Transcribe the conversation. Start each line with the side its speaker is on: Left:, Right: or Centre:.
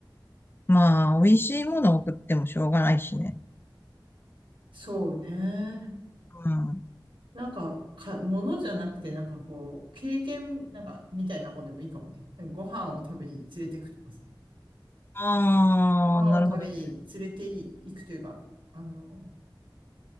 Left: まあ、美味しいものを送ってもしょうがないしね。
Right: そうね。
Left: うん。
Right: なんか、か、物じゃなくて、なんかこう、経験、なんか、みたいなもんでもいいかもね。なんかご飯を食べに連れてくとかさ。
Left: ああ、
Right: ご飯を食べに連れて行くというか、
Left: なるほどね。
Right: あの、